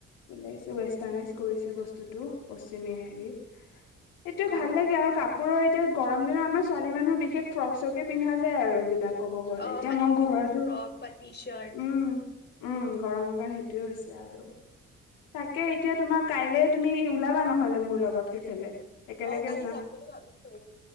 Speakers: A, on the left; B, on the left.
A: ওলাইছে ৱেষ্টাৰ্ণাইজ কৰিছে বস্তুতটো পশ্চিমীয়া হেৰিত। এইয়ে
B: অ
A: ভাল লাগে আৰু কাপোৰৰ এতিয়া গৰম দিনত আমাৰ ছোৱালী মানুহৰ বিশেষ ফ্ৰক চকে পিন্ধা যায় আৰু এইবিলাক। ক'ব গ'লে
B: অ',
A: এতিয়া
B: মানে
A: মই
B: লুজ
A: ঘৰতো
B: ফ্ৰক বা টি চাৰ্ট।
A: উম উম গৰমৰ কাৰণে সেইটোয়ে হৈছে আৰু, তাকে এতিয়া তোমাৰ কাইলে তুমি ওলাবা নহলে মোৰ লগত। কেফেলে। একেলগে
B: অ', কালি যাম বুলি ভাবিছো।